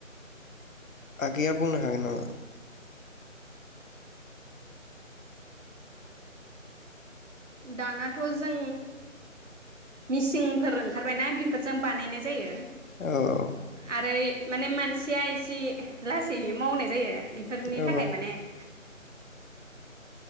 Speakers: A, on the left; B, on the right.
A: आगैया बुंनो हागोन नामा?
B: दानाथ' जों मिसिंफोर ओंखारबायना बेफोरजों बानायनाय जायो।
A: औ
B: आरो माने मानसिया एसे लासैै मावनाय जायो। बेफोरनि
A: औ
B: थाखाय माने <inaudible>